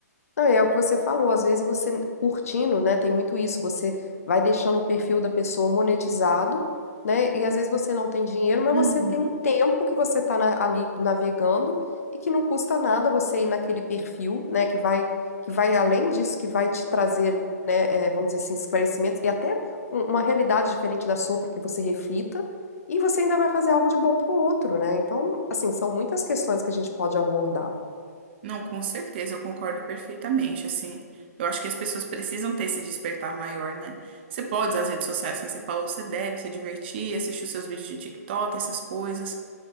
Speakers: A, on the left (about 60°); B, on the right (about 40°).
A: Não, e é o que você falou, às vezes você curtindo, né, tem muito isso, você vai deixando o perfil da pessoa monetizado, né, e às vezes você não tem dinheiro, mas
B: Uhum.
A: você tem o tempo que você tá na- ali navegando e que não custa nada você ir naquele perfil, né, que vai, que vai além disso, que vai te trazer, né, é, vamos dizer assim, esclarecimentos e até um- uma realidade diferente da sua para que você reflita e você ainda vai fazer algo de bom para o outro, né, então, assim, são muitas questões que a gente pode abordar.
B: Não, com certeza, eu concordo perfeitamente, assim. Eu acho que as pessoas precisam ter esse despertar maior, né? Você pode usar as redes sociais, como você falou, você deve se divertir, assistir os seus vídeos de TikTok, essas coisas.